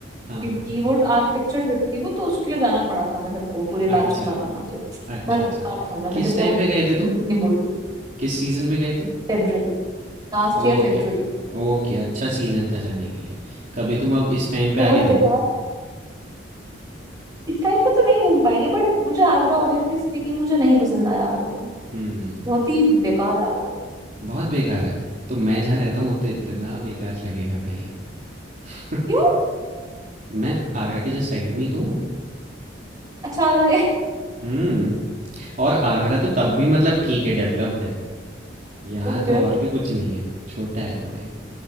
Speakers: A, on the right; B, on the right.
A: हाँ,
B: क्योंकि
A: हाँ, हाँ।
B: वो आर्किटेक्चर ट्रिप थी वो तो उसके लिए जाना पड़ा था हमें सबको पूरे
A: अच्छा।
B: बैच को जाना था तो
A: अच्छा
B: बड़ा बेकार
A: अच्छा
B: था रहा मैं
A: किस
B: तेरे को
A: टाइम
B: ऑनेस्टली
A: पे
B: बता,
A: गए थे
B: मैं
A: तुम
B: झूठ नहीं बोल रही
A: किस सीजन में गए थे
B: फेब्रुअरी Last
A: ओके
B: year February
A: ओके अच्छा सीजन था जाने के लिए कभी तुम अब इस टाइम पे
B: बहुत
A: आके
B: बेकार
A: देखो
B: था इस टाइम पे तो नहीं घूम पाएंगे बट मुझे आगरा ऑनेस्टली स्पीकिंग मुझे नहीं पसंद आया आगरा
A: हम्म
B: बहुत ही बेकार है आगरा
A: बहुत बेकार है तो मैं जहाँ रहता हूँ वो तो इतना बेकार लगेगा भाई <laughs>
B: क्यों
A: मैं आगरा के जस्ट साइड में ही तो हूँ
B: अच्छा आगरा गए
A: हम्म और आगरा तो तब भी मतलब ठीक है डेवलप्ड है यहाँ
B: ओके
A: तो और
B: <laughs>
A: भी कुछ नहीं है छोटा है थोड़ा ही